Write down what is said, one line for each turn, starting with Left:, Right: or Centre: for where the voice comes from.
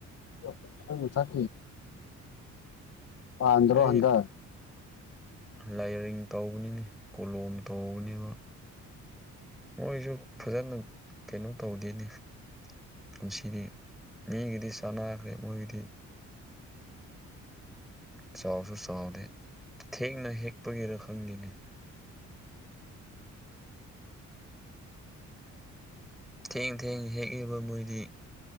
Left: ꯊ ꯑꯟꯗ꯭ꯔꯣ
Centre: ꯑꯩ
Left: ꯍꯟꯗ
Centre: ꯂꯥꯏꯌꯔꯤꯡ ꯇꯧꯕꯅꯤꯅꯦ ꯀꯣꯂꯣꯝ ꯇꯧꯕꯅꯤꯕ ꯃꯣꯏꯁꯨ ꯐꯖꯅ ꯀꯩꯅꯣ ꯇꯧꯗꯦꯅꯦ ꯄꯨꯟꯁꯤꯗꯤ ꯃꯤꯒꯤꯗꯤ ꯆꯥꯟꯅꯈ꯭ꯔꯦ ꯃꯣꯏꯒꯤꯗꯤ ꯆꯥꯎꯁꯨ ꯆꯥꯎꯗꯦ ꯊꯦꯡꯅ ꯍꯦꯛꯄꯒꯤꯔ ꯈꯪꯗꯦꯅꯦ ꯊꯦꯡ ꯊꯦꯡ ꯍꯦꯛꯏꯕ ꯃꯣꯏꯗꯤ